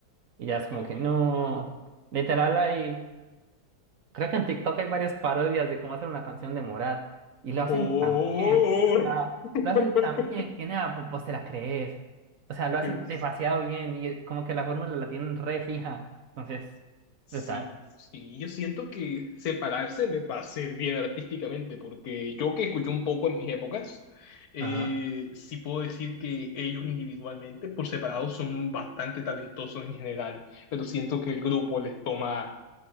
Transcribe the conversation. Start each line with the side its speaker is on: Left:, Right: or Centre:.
Right: Y ya es como
Left: No.
Right: que, no, literal ahí. Creo que en TikTok hay varias parodias de cómo hacer una canción de Morat y lo hacen
Left: Oh,
Right: tan bien, o sea,
Left: <laughs>
Right: lo hacen tan bien que nada, vo- vos te la crees, o sea, lo hacen
Left: Dios.
Right: demasiado bien y eh, como que la fórmula la tienen re fija, entonces,
Left: Sí,
Right: brutal.
Left: sí, yo siento que separarse le va a hacer bien artísticamente, porque yo que escuché un poco en mis épocas, eh,
Right: Ajá.
Left: sí puedo decir que ellos individualmente, por separado, son bastante talentosos en general, pero siento que el grupo les toma